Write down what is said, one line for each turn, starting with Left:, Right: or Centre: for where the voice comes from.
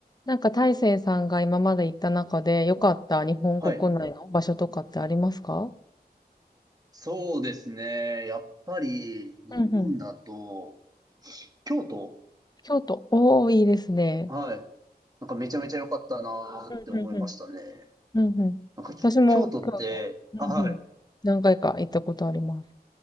Left: なんか大成さんが今まで行った中で良かった日本国内の場所とかってありますか
Right: はい。そうですね。やっぱり、日本だと、
Left: うんうん。
Right: 京都、
Left: 京都。おー、いいですね。
Right: はい。なんかめちゃめちゃ良かったなーって思いましたね。
Left: うんうんうん。うんうん。
Right: なんか、き京都って、
Left: 私も京都。うんうん。
Right: あ、はい。
Left: 何回か行ったことあります。